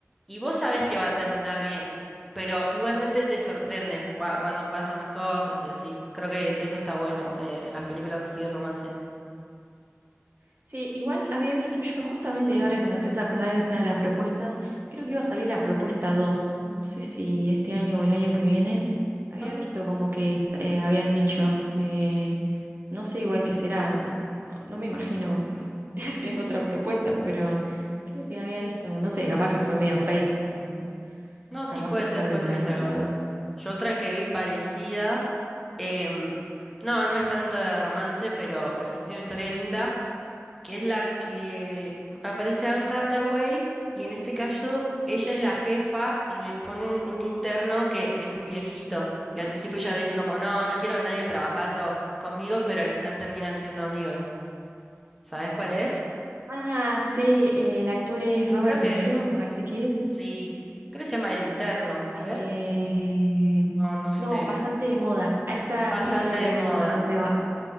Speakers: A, in the centre; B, on the right.
A: y vos sabés que va a terminar bien, pero igualmente te sorprende cua- cuando pasan las cosas y así. Creo que, que eso está bueno eh, en las películas así de romance.
B: Sí, igual había visto yo justamente ahora que me haces acordar de esta la propuesta, creo que iba a salir la propuesta 2. no sé si este año o el año que viene, había
A: Ah,
B: visto como que est- eh, habían dicho, eh, no sé igual qué será, no, no me imagino ha- <laughs> haciendo otra propuesta, pero creo que había
A: sí.
B: visto, no sé, capaz que fue medio fake, pero
A: No,
B: capaz
A: sí, puede
B: que sale
A: ser, puede
B: la,
A: ser que salga
B: la
A: otra.
B: 2.
A: Yo otra que vi parecida, em, no, no es tanto de romance, pero, pero sí tiene una historia linda, que es la que aparece Anne Hathaway y en este caso ella es la jefa y le ponen un interno que, que es un viejito. Y al principio ella dice como, no, no quiero a nadie trabajando conmigo, pero al final terminan siendo amigos. ¿Sabes cuál es?
B: Ah, sí, eh, el actor es Robert
A: Creo que
B: De Niro, me parece que es,
A: sí, creo que se llama El Interno. A
B: Eh,
A: ver, no, no sé.
B: no, pasante de moda. Ahí está,
A: Bastante
B: sí, ya la
A: de
B: tenía,
A: moda.
B: pasante de moda.